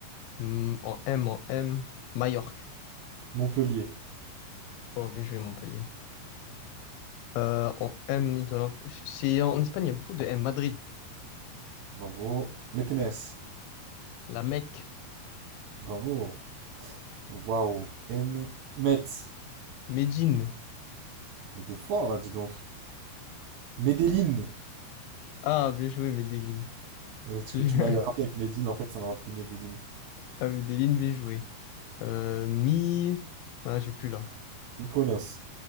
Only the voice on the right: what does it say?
Montpellier,
bravo. Meknès,
bravo. Waouh. M... Metz,
mais t'es fort là, dis donc. Medellin,
Euh, parce
que tu m'as rappelé avec Medine, en fait, ça m'a rappelé Medellin.
Mykonos.